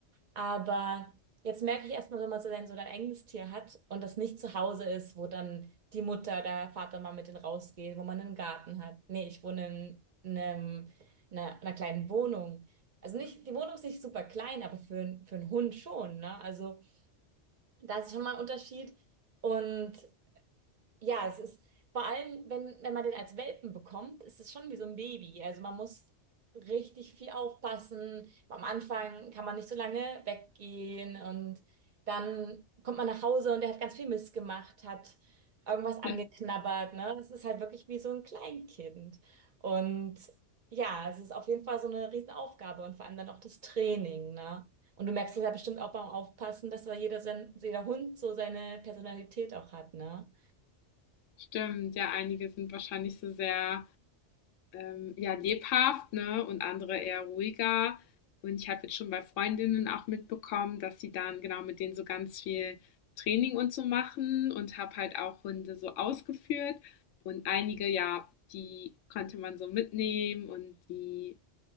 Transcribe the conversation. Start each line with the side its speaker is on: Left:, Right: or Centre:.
Right: Aber jetzt merke ich erstmal, wenn man so sein, so dein eigenes Tier hat und das nicht zu Hause ist, wo dann die Mutter, der Vater mal mit denen rausgeht, wo man einen Garten hat. Nee, ich wohne in, einem, einer, einer kleinen Wohnung. Also nicht, die Wohnung ist nicht super klein, aber für, einen- für einen Hund schon, ne? Also da ist schon mal ein Unterschied. Und ja, es ist vor allem, wenn, wenn man den als Welpen bekommt, ist es schon wie so ein Baby. Also man muss richtig viel aufpassen. Am Anfang kann man nicht so lange weggehen und dann kommt man nach Hause und der hat ganz viel Mist gemacht, hat irgendwas angeknabbert,
Left: Ja,
Right: ne? Es ist halt wirklich wie so ein Kleinkind. Und ja, es ist auf jeden Fall so eine Riesenaufgabe und vor allem dann auch das Training, ne? Und du merkst es ja bestimmt auch beim Aufpassen, dass da jeder, sein, jeder Hund so seine Personalität auch hat, ne?
Left: Stimmt, ja, einige sind wahrscheinlich so sehr ähm, ja, lebhaft, ne, und andere eher ruhiger. Und ich habe jetzt schon bei Freundinnen auch mitbekommen, dass sie dann genau mit denen so ganz viel Training und so machen und habe halt auch Hunde so ausgeführt. Und einige, ja, die konnte man so mitnehmen und die